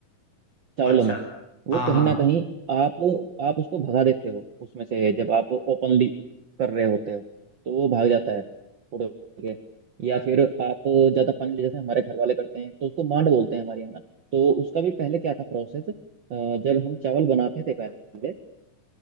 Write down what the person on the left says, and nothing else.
अच्छा
हाँ
हाँ